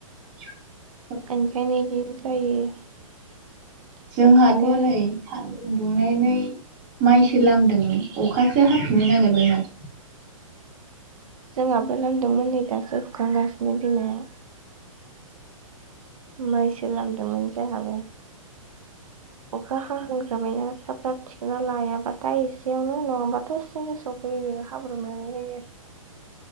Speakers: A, on the right; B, on the right.
A: <inaudible>
B: <unintelligible>
A: जोंहाथ
B: दसेनो
A: नै सान न्दुं दुंनानै माइसो लामदोंमोन अखासो हाबफिननो नागिरबाय माथो।
B: जोंहाबो लामदोंमोन नै दासो हुखांगासिनो बिमाया माइसो लामदोंमोन जोंहाबो । अखा हांहां जाबायना थाब थाब थिखोना लायाबा दा एसेयावनो नङाबाथ दसेेनो सफैयो । <unintelligible>